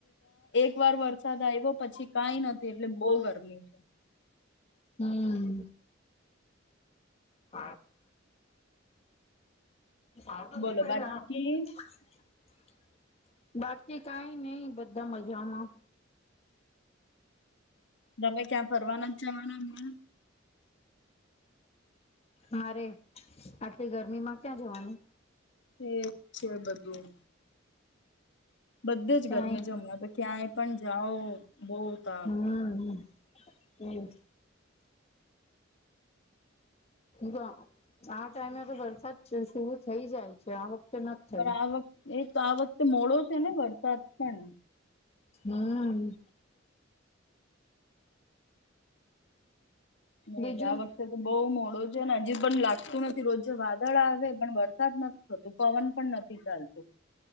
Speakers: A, on the left; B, on the left.
A: બરોબર. વરસાદ આવ્યો પછી કાંઈ નથી એટલે બહું ગરમી. <inaudible>
B: હમ્મ. <unintelligible> સારું તો
A: બોલો
B: તે <unintelligible>
A: બાકી
B: બાકી કાંઈ નહીં બધા મજામાં.
A: તમે ક્યાં ફરવાના નથ જવાના હમણાં?
B: મારે આટલી ગરમીમાં ક્યાં જવાનું.
A: એજ છે બધું. બધે જ
B: ક્યાંય
A: ગરમી હમણા તો ક્યાંય પણ જાઓ બહુ તાપ
B: હમ્મ. હમ્મ. વાહ, આ ટાઈમે તો વરસાદ શરુ થઈ જાય છે આ વખતે નથી થયું.
A: પણ આ વખતે એ તો આ વખતે મોડો છે ને વર સ્વાદ પણ
B: હમ્મ. બીજું
A: એ જ આ વખતે તો બહુ મોડું છે ને હજી પન લાગ તું નથી રોજ વાદળ આવે પણ વરસાદ નથી થતું પવન પણ નથી ચાલતું.